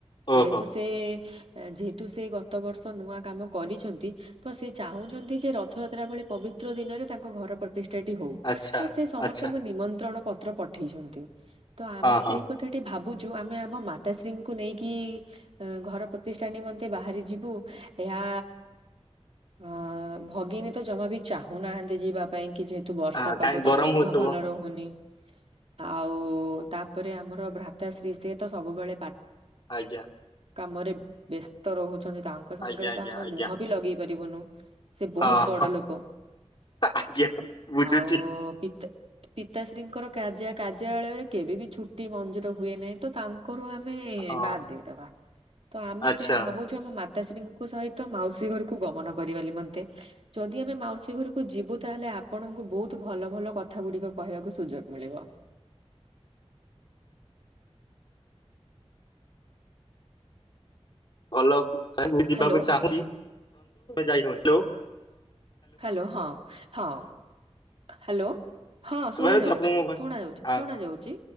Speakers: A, on the left (about 45°); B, on the right (about 65°).
A: ଓଃ
B: ଯେହେତୁ
A: ହୋ।
B: ସେ ଯେହେତୁ ସେ ଗତ ବର୍ଷ ନୂଆ କାମ କରିଛନ୍ତି ତ ସେ ଚାହୁଁଛନ୍ତି ଯେ ରଥ ଯାତ୍ରା ଭଳି ପବିତ୍ର ଦିନରେ ତାଙ୍କ ଘର ପ୍ରତି ପ୍ରତିଷ୍ଠାଟି ହଉ
A: ଆଚ୍ଛା
B: ତ ସେ ସମସ୍ତଙ୍କୁ
A: ଆଚ୍ଛା
B: ନିମନ୍ତ୍ରଣ ପତ୍ର ପଠେଇଛନ୍ତି। ତ ଆମେ
A: ହଁ ହଁ
B: ସେଇ କଥାଟି ଭାବୁଛୁ ଆମେ ଆମ ମାତାଶ୍ରୀଙ୍କୁ ନେଇକି ଅ ଘର ପ୍ରତିଷ୍ଠା ନିମନ୍ତେ ବାହାରି ଯିବୁ ଏହା ଅ ଭଗିନୀ ତ ଜମା ବି ଚାହୁଁନାହାନ୍ତି ଯିବା ପାଇଁ କି ଯେହେତୁ ତୁ ବର୍ଷା
A: ହଁ
B: ପାଗ
A: କାହିଁ
B: ତାଙ୍କ
A: ଗରମ ହଉଥିବ
B: ଦେହ ଭଲ ରହୁନି। ଆଉ ତାପରେ ଆମର ଭ୍ରାତାଶ୍ରୀ ସେ ତ ସବୁବେଳେ ପା
A: ଆଜ୍ଞା।
B: କାମରେ ବ୍ୟସ୍ତ ରହୁଛନ୍ତି ତାଙ୍କ ସାଙ୍ଗରେ
A: ଆଜ୍ଞା ଆଜ୍ଞା
B: ତ ଆମେ
A: ଆଜ୍ଞା
B: ମୁହଁ ବି ଲଗେଇ ପାରିବୁନୁ। ସେ ବହୁତ୍
A: ହଁ
B: ବଡ଼ ଲୋକ।
A: ଆଜ୍ଞା ବୁଝୁଛି
B: ଆଉ ପିତା ପିତାଶ୍ରୀଙ୍କୁ ଙ୍କର କାର୍ଯ୍ୟାଳୟରେ କେବେ ବିି ଛୁଟି ମଞ୍ଜୁର ହୁଏ ନାହିଁ ତ ତାଙ୍କ ଆମେ
A: ହଁ
B: ବାଦ୍ ଦେଇଦବା ତ ଆମେ
A: ଆଚ୍ଛା
B: ସେଆ ଭାବୁଛୁ ଆମ ମାତାଶ୍ରୀଙ୍କ ସହିତ ମାଉସୀ ଘରକୁ ଗମନ କରିବା ନିମନ୍ତେ ଯଦି ଆମେ ମାଉସୀ ଘରକୁ ଯିବୁ ତା ତାହେଲେ ଆପଣଙ୍କୁ ବହୁତ ଭଲ ଭଲ କଥା ଗୁଡିକ କହିବାକୁ ସୁଯୋଗ ମିଳିବ।
A: ଭଲ ମୁ ଯିବାକୁ
B: ହ୍ୟାଲୋ।
A: ଚାହୁଁଛି ଯାଇହଉନି।
B: ହାଲୋ ହଁ ହଁ ହାଲୋ। ହଁ
A: ଶୁଭାଯାଉଛି
B: ଶୁଣା ଯାଉଛି
A: ଆପଣଙ୍କୁ ମୋ ଭଏସ
B: ଶୁଣା ଯାଉଛି
A: ହଁ
B: ଶୁଣା ଯାଉଛି